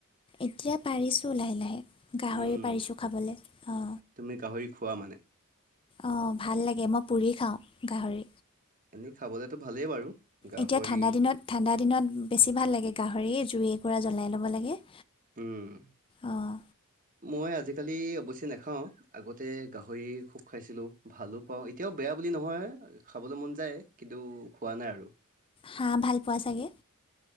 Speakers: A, on the left; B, on the right.
A: এতিয়া পাৰিছোঁ লাহে লাহে গাহৰি
B: উম,
A: পাৰিছোঁ খাবলে। অ
B: তুমি গাহৰি খোৱা মানে?
A: অ ভাল লাগে মই পুৰি খাওঁ গাহৰি।
B: এনেই খাবলেতো ভালেই বাৰু। গাহৰি
A: এতিয়া ঠাণ্ডা দিনত ঠাণ্ডা দিনত বেছি ভাল লাগে গাহৰি জুই একুৰা জ্বলাই ল'ব লাগে।
B: উম
A: অঁ
B: মই আজি আজিকালি অৱশ্যে নাখাওঁ আগতে গাহৰি খুব খাইছিলোঁ ভালো পাওঁ এতিয়াও বেয়া বুলি নহয় খাবলৈ মন যায় কিন্তু খোৱা নাই আৰু
A: হাঁহ ভাল পোৱা চাগে?